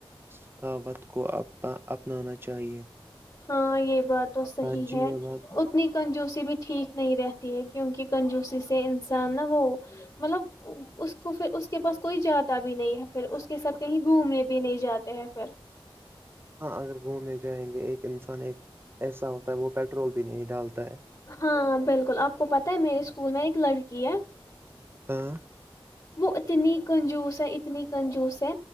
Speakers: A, on the right (about 25°); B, on the left (about 40°).
A: ثقاوت کو اپنانا چاہیے
B: ہاں یہ بات تو صحیح
A: ہاں جی
B: ہے
A: یہ بات
B: اتنی کنجوسی بھی ٹھیک ہے نہیں رہتی ہے کیونکہ کنجوسی سے انسان نا وہ مطلب اس کو پھر اس کے پاس کوئی جاتا بھی نہیں ہے پھر اس کے ساتھ کہیں گھومنے بھی نہیں جاتے ہیں سر
A: ہاں اگر گھومنے جائیں گے ایک انسان ایک ایسا ہوتا ہے وہ پیٹرول بھی نہیں ڈالتا ہے
B: ہاں بالکل بالکل آپ کو پتہ ہے میرے اسکول میں ایک لڑکی ہے
A: ہاں
B: وہ اتنی کنجوس ہے اتنی کنجوس ہے